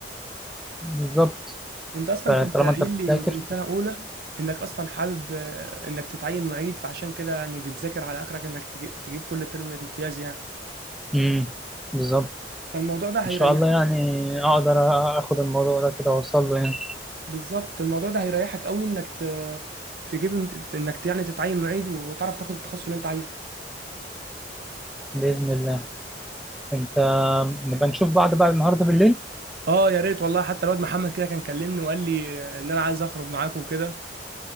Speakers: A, in the centre; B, on the right.
A: بالظبط
B: انت اصلا
A: فطالما
B: كنت قايل
A: انت
B: لي
A: بتذاكر
B: من سنه اولى انك اصلا حابب آه، انك تتعين معيد فعشان كده يعني بتذاكر على اخرك انك تجي- تجيب كل ترم امتياز يعني
A: امم بالظبط
B: فالموضوع ده هيريحك
A: ان شاء الله يعني اقدر اخد الموضوع ده كده واوصل له يعني
B: بالظبط الموضوع ده هيريحك قوي انك ت... تجيب انك يعني تتعين معيد وتعرف تاخد التخصص اللي انت عايزه
A: باذن الله انت نبقى نشوف بعض بقى النهارده بالليل
B: اه يا ريت والله حتى الواد محمد كده كان كلمني وقال لي ان انا عايز اخرج معاك وكده